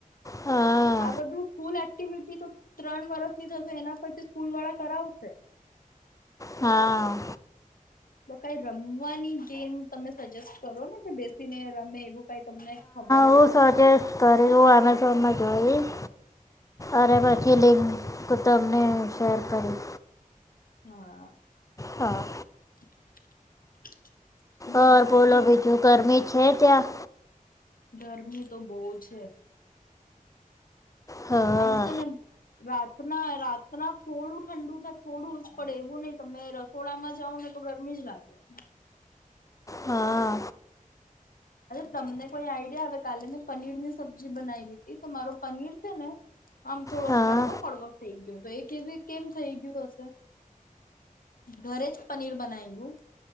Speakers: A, on the left; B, on the left.
A: હા
B: આ બધું સ્કૂલ એક્ટિવિટી તો ત્રણ વર્ષ ની થશે એના પરથી સ્કૂલ વાળા કરાવશે
A: હા
B: તો કઈ રમવાની ગેમ તમે સજેસ્ટ કરો ને જે બેસીને રમે એવું કઈ તમને ખબર હોય
A: હું
B: તો.
A: સજેસ્ટ કર્યું એમેઝોન માંથી નવી અરે પછી <unintelligible> તમને શેર કરી
B: હા
A: હા
B: <inaudible> બીજું
A: ઓર બોલો બીજું ગરમી જ છે ત્યાં
B: ગરમી તો બહુ છે
A: હા
B: આમ છે ને રાતના રાતના થોડું ઠંડુ થાય થોડું જ પડે એવું નહી તમે રસોડામાં જાવ ને તો ગરમી જ લાગે. <inaudible>
A: હા
B: અરે તમને કોઈ આઈડિયા આવે કાલે મેં પનીર ની સબ્જી બનાવી તી તો મારો પનીર છે ને આમ થોડો
A: હા
B: કડવો કડવો થઈ ગયો તો એ કેવી કેમ થઈ ગયું હશે ઘરે જ પનીર બનાવ્યું